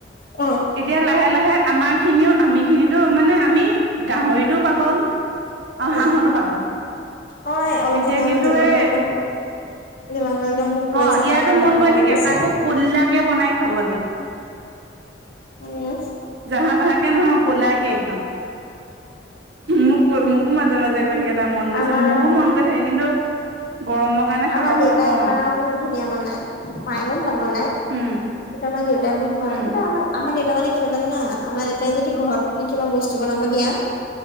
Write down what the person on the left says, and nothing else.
অ
উম
অ অলপ
দিনৰ আগত
দেৱাংগ
একদম <unintelligible>
তাৰ হাঁহ
খাব
গৈছে
উম।
আমাৰ
আমাৰ
দেউতাই
হাঁহ
বহুত ধুনীয়া বনাই মায়েও ভাল বনায়
কিন্তু আমা দেউতাই হয়
কিবা আমাৰ দেউতা মানে কেনেকুৱা জানা আমাৰ দেউতাই যদি ঘৰত তুমি কিবা বস্তু বনাব দিয়া